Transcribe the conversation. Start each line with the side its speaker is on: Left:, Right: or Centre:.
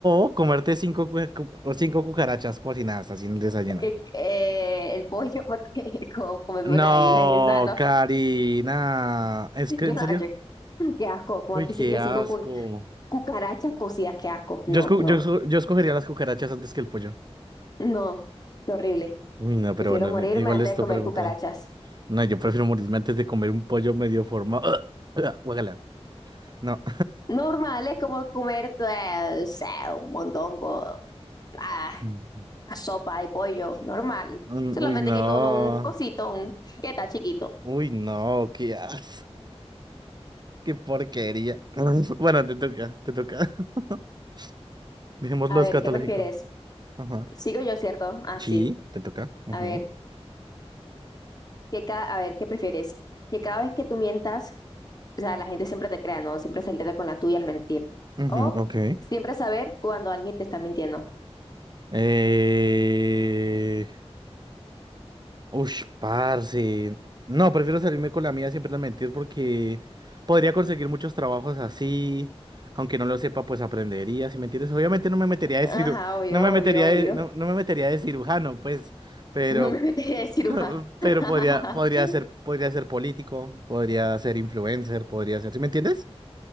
Right: o comerte cinco, cu- cu- o cinco cucarachas cocinadas haciendo desayuno.
Left: Eh, eh, el pollo, porque <laughs> como comerme
Right: No,
Left: una gallina guisada, ¿no?
Right: Karina. Es que,
Left: Yo
Right: ¿en
Left: no,
Right: serio?
Left: yo- qué asco, como
Right: Uy,
Left: que
Right: qué
Left: sí que
Right: asco.
Left: cinco cu- cucarachas cocidas, qué asco.
Right: Yo,
Left: No,
Right: esco-
Left: no,
Right: yo, esco- yo escogería las cucarachas antes que el pollo.
Left: no, qué horrible.
Right: Uy, no, pero
Left: Prefiero
Right: bueno,
Left: morirme
Right: eh, igual
Left: antes
Right: esto
Left: de comer
Right: preguntado.
Left: cucarachas.
Right: No, yo prefiero morirme antes de comer un pollo medio formado. <clears throat> Guácala. No.
Left: Normales como comer pues, eh, o sea, un mondongo, ah,
Right: <laughs>
Left: a sopa de pollo, normal.
Right: Mm,
Left: Solamente
Right: Uy, no.
Left: que con un cosito un- que está chiquito.
Right: Uy, no, qué as, qué porquería. <laughs> Bueno, te toca, te toca. <laughs> Dejémoslo
Left: A ver,
Right: escatológico.
Left: ¿qué prefieres?
Right: Ajá.
Left: Sigo yo, ¿cierto? Así.
Right: Sí, te toca. Ujú.
Left: a ver, ¿qué ca- a ver, ¿qué prefieres? Que cada vez que tú mientas, o sea, la gente siempre te crea, ¿no? Siempre salirte con la tuya al mentir.
Right: Ujú,
Left: O
Right: ok.
Left: siempre saber cuando alguien te está mintiendo.
Right: Eh, Ush, parce. No, prefiero salirme con la mía siempre al mentir porque podría conseguir muchos trabajos así. Aunque no lo sepa, pues aprendería, si me entiendes. Obviamente no me metería de
Left: Ajá,
Right: ciru-
Left: obvio,
Right: no me metería
Left: obvio,
Right: de,
Left: obvio.
Right: no, no me metería de cirujano, pues, pero,
Left: <laughs> No me metería de cirujano.
Right: <laughs> pero
Left: <laughs>
Right: podría, podría ser, podría ser político, podría ser influencer, podría ser, ¿sí me entiendes?